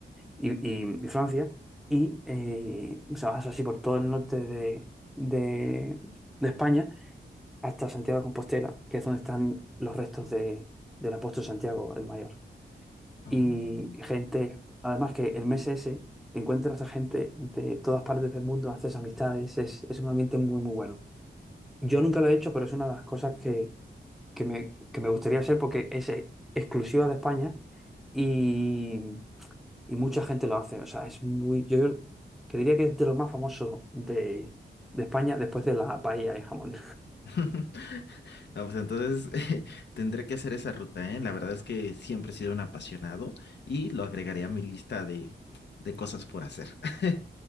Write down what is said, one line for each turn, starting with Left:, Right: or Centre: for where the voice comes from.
Centre: y- y- y Francia. Y eh, o sea, vas así por todo el norte de, de- de España hasta Santiago de Compostela, que es donde están los restos de, del apóstol Santiago el Mayor.
Left: Oh.
Centre: Y gente, además que el mes ese, te encuentras a gente de todas partes del mundo, haces amistades, es, es un ambiente muy, muy bueno. Yo nunca lo he hecho, pero es una de las cosas que, que me, que me gustaría hacer porque es eh, exclusiva de España y, y mucha gente lo hace. O sea, es muy, yo, yo que diría que es de lo más famoso de, de España después de la paella y jamón.
Left: <laughs> No, pues entonces <laughs> tendré que hacer esa ruta, ¿eh? La verdad es que siempre he sido un apasionado y lo agregaría a mi lista de, de cosas por hacer. <laughs>